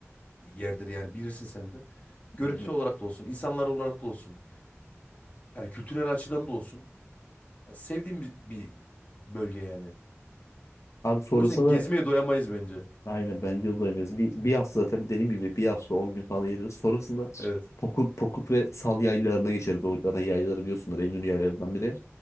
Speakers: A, on the left; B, on the left.
A: yerdir yani bilirsin sen de. Görüntü
B: Aynen.
A: olarak da olsun, insanlar olarak da olsun. Yani kültürel açıdan da olsun. Ya sevdiğim bir, bir bölge yani.
B: Abi sonrasında
A: O yüzden gezmeye doyamayız bence.
B: aynen bence uzayamayız. Bir, bir hafta zaten dediğim gibi bir hafta 10 gün falan yeriz. Sonrasında
A: Evet.
B: Pokut, Pokut ve Sal yaylalarına geçeriz. O zaten yaylaları biliyorsunuz. En ünlü yaylalarından biri.